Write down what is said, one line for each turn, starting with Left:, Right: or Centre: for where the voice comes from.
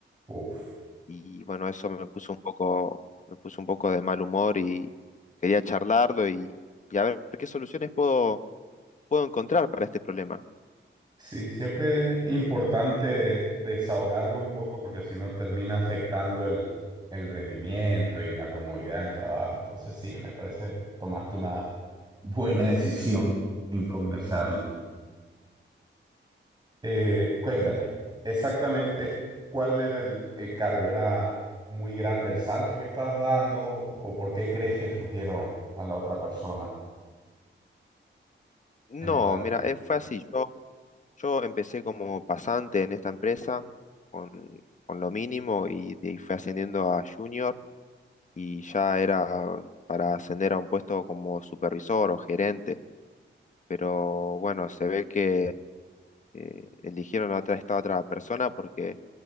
Right: Uf.
Left: y bueno, eso me puso un poco, me puso un poco de mal humor y quería charlarlo y, y a ver qué soluciones puedo, puedo encontrar para este problema.
Right: Sí, siempre es importante desahogarlo un poco porque si no termina afectando el, el rendimiento y la comodidad del trabajo. Entonces sí, me parece tomaste una buena decisión en conversarlo. Eh, cuéntame, exactamente cuál era el, el cargo. ¿Era muy grande el salto que estabas dando o por qué crees que escogieron a la otra persona
Left: No,
Right: en lugar de
Left: mira,
Right: ti?
Left: es fácil. Yo, yo empecé como pasante en esta empresa con, con lo mínimo y de ahí fui ascendiendo a junior y ya era para ascender a un puesto como supervisor o gerente. Pero bueno, se ve que eh, eligieron a otra, esta otra persona porque